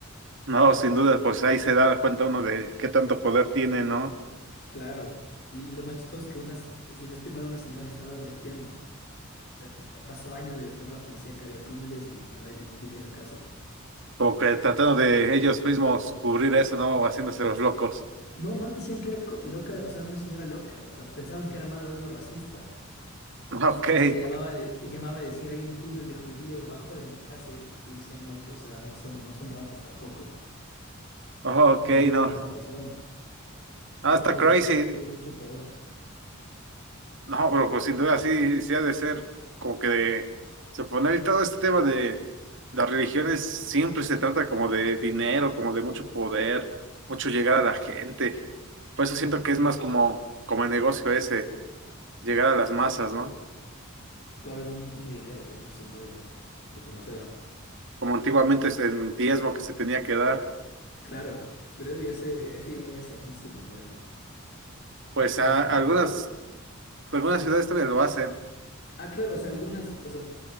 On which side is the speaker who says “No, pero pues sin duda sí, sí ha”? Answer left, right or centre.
Right